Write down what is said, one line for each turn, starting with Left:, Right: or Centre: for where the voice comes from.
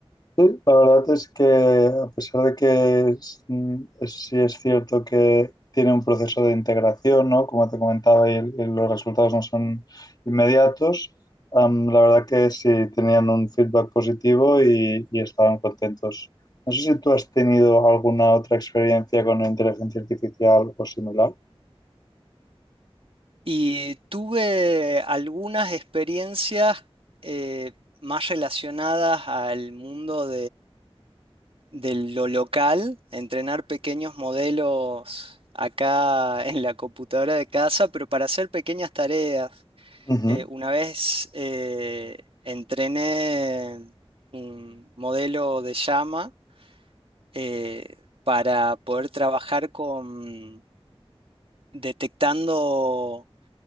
Left: Sí, la verdad es que a pesar de que es- mm, es- sí es cierto que tiene un proceso de integración, ¿no? Como te comentaba, y, el- y los resultados no son inmediatos, am, la verdad que sí tenían un feedback positivo y, y estaban contentos. No sé si tú has tenido alguna otra experiencia con inteligencia artificial o similar.
Right: Y tuve algunas experiencias eh, más relacionadas al mundo de lo local, entrenar pequeños modelos acá en la computadora de casa, pero para hacer pequeñas tareas.
Left: Ujú,
Right: Eh, una vez eh, entrené un modelo de llama eh, para poder trabajar con detectando